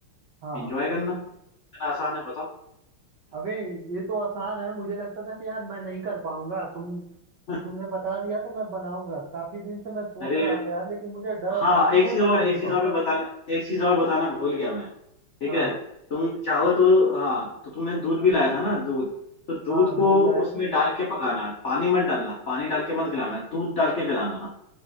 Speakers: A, on the left; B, on the right.
A: एंजॉय
B: हाँ
A: करना इतना आसान है बताओ
B: अबे ये तो आसान है मुझे लगता था कि यार मैं नहीं कर पाऊंगा तुम
A: <laughs>
B: तुमने बता दिया तो मैं बनाऊंगा काफी दिन से मैं सोच
A: अरे
B: रहा था यार लेकिन मुझे डर
A: हाँ
B: था कि
A: एक
B: मैं
A: चीज
B: बना
A: और
B: नहीं
A: एक चीज
B: पाऊंगा
A: और मैं बताना एक चीज और बताना भूल गया मैं ठीक
B: हाँ
A: है तुम चाहो तो हाँ तो तुमने दूध भी लाया था ना दूध तो दूध
B: हाँ
A: को
B: दूध लाए
A: उसमें
B: थे
A: डाल के पकाना पानी मत डालना पानी डाल के मत गलाना दूध डाल के गलाना